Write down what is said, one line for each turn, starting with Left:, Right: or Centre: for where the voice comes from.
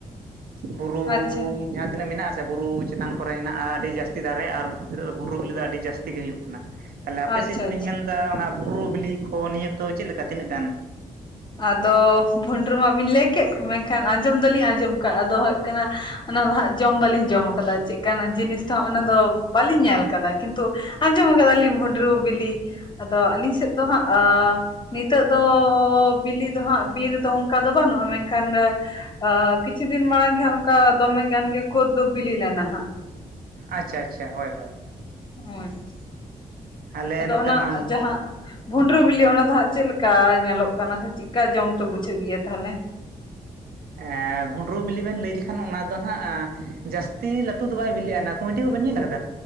Right: ᱵᱩᱨᱩᱝ
Left: ᱟᱪᱪᱷᱟ
Right: ᱡᱟᱦᱟᱸ ᱛᱤᱱᱟᱹᱜ ᱢᱮᱱᱟᱜ-ᱟ ᱥᱮ ᱵᱩᱨᱩ ᱪᱮᱛᱟᱱ ᱠᱚᱨᱮ ᱦᱮᱱᱟᱜᱼᱟ ᱟᱹᱰᱤ ᱡᱟᱹᱥᱛᱤ ᱫᱟᱨᱮ ᱟᱨ ᱦᱤᱛᱚᱜ ᱫᱚ ᱵᱷᱩᱸᱰᱨᱩ ᱵᱤᱞᱤ ᱫᱚ ᱟᱹᱰᱤ ᱡᱟᱹᱥᱛᱤ ᱜᱮ ᱦᱩᱭᱩᱜ ᱠᱟᱱᱟ᱾ ᱛᱟᱦᱚᱞᱮ ᱟᱯᱮ
Left: ᱟᱪᱪᱷᱟ
Right: ᱥᱮᱜ ᱫᱚᱞᱤᱧ
Left: ᱟᱪᱪᱷᱟ
Right: ᱢᱮᱱᱫᱟ ᱚᱱᱟ ᱵᱩᱨᱩ ᱵᱤᱞᱤ ᱠᱚ ᱱᱤᱭᱟᱹ ᱠᱚᱫᱚ ᱪᱮᱜ ᱞᱮᱠᱟ ᱛᱤᱱᱟᱹᱜ ᱜᱟᱱ?
Left: ᱟᱫᱚ ᱵᱷᱩᱱᱰᱨᱩ ᱢᱟ ᱵᱤᱱ ᱞᱟᱹᱭ ᱠᱮᱫ ᱠᱚ ᱢᱮᱱᱠᱷᱟᱱ ᱟᱸᱡᱚᱢ ᱫᱚᱞᱤᱧ ᱟᱸᱡᱚᱢ, ᱠᱟ ᱟᱫᱚ ᱦᱩᱭᱩᱜ ᱠᱟᱱᱟ ᱚᱱᱟ ᱫᱚ ᱦᱟᱸᱜ ᱡᱚᱢ ᱵᱟᱞᱤᱧ ᱡᱚᱢ ᱠᱟᱫᱟ ᱪᱮᱫᱠᱟ ᱱᱟᱜ ᱡᱤᱱᱤᱥ ᱛᱚ ᱚᱱᱟ ᱫᱚ ᱵᱟᱹᱞᱤᱧ ᱧᱮᱞ ᱠᱟᱫᱟ ᱠᱤᱱᱛᱩ ᱟᱸᱡᱚᱢ ᱠᱟᱫ ᱞᱤᱧ ᱵᱷᱩᱸᱰᱨᱩ ᱵᱤᱞᱤ, ᱟᱫᱚ ᱟᱹᱞᱤᱧ ᱥᱮᱫ ᱫᱚ ᱦᱟᱸᱜ ᱟ ᱱᱤᱛ ᱛᱳᱜ ᱫᱚ ᱵᱤᱞᱤ ᱫᱚ ᱦᱟᱸᱜ ᱵᱤᱨ ᱨᱮᱫᱚ ᱚᱱᱠᱟ ᱫᱚ ᱵᱟᱹᱱᱩᱜᱼᱟ ᱢᱮᱱᱠᱷᱟᱱ ᱟ ᱠᱤᱪᱷᱩ ᱫᱤᱱ ᱢᱟᱲᱟᱝ ᱜᱮ ᱦᱟᱸᱜ ᱚᱱᱠᱟ ᱫᱚᱢᱮ ᱜᱟᱱ ᱜᱮ ᱠᱳᱫ ᱫᱚ ᱵᱤᱞᱤ ᱞᱮᱱᱟ ᱦᱟᱸᱜ᱾
Right: ᱟᱪᱪᱷᱟ ᱟᱪᱪᱷᱟ ᱦᱳᱭ ᱦᱳᱭ᱾
Left: ᱦᱳᱭ᱾
Right: ᱟᱞᱮ
Left: ᱟᱫᱚ
Right: ᱱᱚᱛᱮ
Left: ᱚᱱᱟ
Right: ᱦᱚᱸᱱ
Left: ᱡᱟᱦᱟᱸ ᱵᱷᱩᱸᱰᱨᱩ ᱵᱤᱞᱤ ᱚᱱᱟ ᱫᱚ ᱦᱟᱸᱜ ᱪᱮᱫ ᱞᱮᱠᱟ ᱧᱮᱞᱚᱜ ᱠᱟᱱᱟ ᱥᱮ ᱪᱮᱫᱠᱟ ᱡᱚᱢ ᱛᱮ ᱵᱩᱡᱷᱟᱹᱜ ᱜᱮᱭᱟ ᱛᱟᱦᱚᱞᱮ?
Right: ᱮᱸ ᱵᱷᱩᱸᱰᱨᱩ ᱵᱤᱞᱤ ᱵᱮᱱ ᱞᱟᱹᱭ ᱞᱮᱠᱷᱟᱱ ᱚᱱᱟ ᱫᱚ ᱱᱟᱦᱟᱜ ᱟ ᱡᱟᱹᱥᱛᱤ ᱞᱟᱴᱩ ᱫᱚ ᱵᱟᱭ ᱵᱤᱞᱤᱜᱼᱟ ᱱᱟ ᱠᱩᱭᱰᱤ ᱠᱚᱵᱮᱱ ᱧᱮᱞ ᱠᱟᱫ?